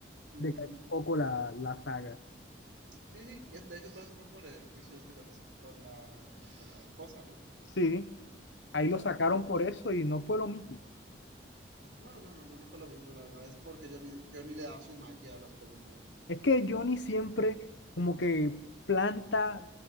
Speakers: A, on the left; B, on the right.
A: decayó
B: Ujú.
A: un poco la, la saga.
B: Sí, sí, es- de hecho todo eso fue por el juicio este con, es- con la, con la esposa, ¿no?
A: Sí, ahí
B: Chale,
A: lo sacaron
B: con eso.
A: por eso y no fue lo mismo.
B: No, no, no, no, no fue lo mismo, la verdad, es porque Johnny, Johnny le da su magia a las películas.
A: Es que Johnny siempre como que planta,